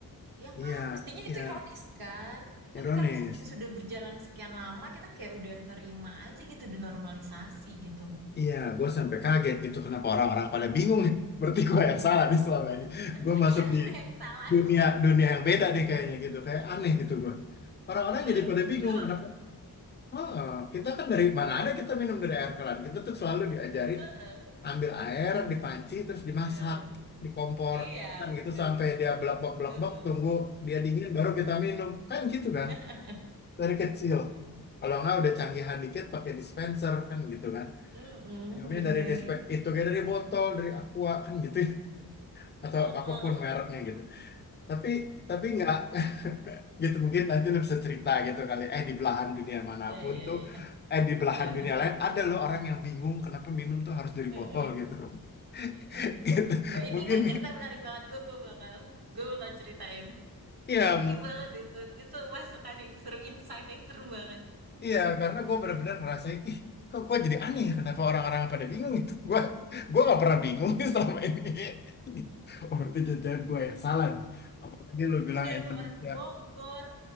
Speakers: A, on the right; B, on the left.
A: ya
B: iya
A: kan mestinya itu
B: ya
A: ironis kan tapi
B: ironis
A: karena saking sudah berjalan sekian lama kita kayak udah nerima aja gitu denormalisasi gitu
B: Iya, gue sampai kaget gitu kenapa orang-orang pada bingung nih. Berarti gue yang salah nih selama ini.
A: <laughs>
B: Gue masuk
A: ya lu
B: di
A: yang salah <laughs>
B: dunia dunia yang beda nih kayaknya gitu. Kayak aneh gitu gue. Orang-orang
A: Eh,
B: jadi pada bingung
A: lu
B: kenapa. Oh,
A: eh,
B: kita kan dari mana ada kita minum dari air keran. Kita tuh selalu diajarin
A: eh,
B: ambil air di panci terus dimasak
A: eh.
B: di kompor
A: Iya,
B: kan
A: bener.
B: gitu sampai dia blak-blak-blak-blak
A: Heeh.
B: tunggu dia dingin baru kita minum kan gitu kan
A: <laughs>
B: dari kecil. Kalau nggak udah canggihan dikit pakai dispenser kan gitu kan
A: Mm-mm,
B: minumnya
A: bener.
B: dari dispe itu kayak dari botol dari aqua kan gitu ya. atau
A: Heeh.
B: apapun mereknya gitu tapi tapi nggak <laughs> gitu mungkin nanti lu bisa cerita gitu kali eh di belahan dunia manapun
A: Ya, ya,
B: tuh
A: ya.
B: eh di belahan
A: Eh,
B: dunia lain ada loh orang yang bingung kenapa minum tuh harus dari
A: eh,
B: botol
A: eh.
B: gitu <laughs>
A: eh.
B: gitu
A: Nah, itu
B: mungkin
A: itu cerita menarik banget. Gue gue bakal gue bakal ceritain.
B: iya
A: Thank
B: mu-
A: you banget itu. Itu masukan yang seru, insight yang seru banget.
B: iya karena gue benar-benar ngerasain ih kok gue jadi aneh ya kenapa orang-orang pada bingung gitu gue gue nggak pernah bingung <laughs> selama ini <laughs> gitu. oh berarti jajan gue yang salah nih apalagi lu bilang
A: Udah
B: Indonesia
A: apa orang Bogor,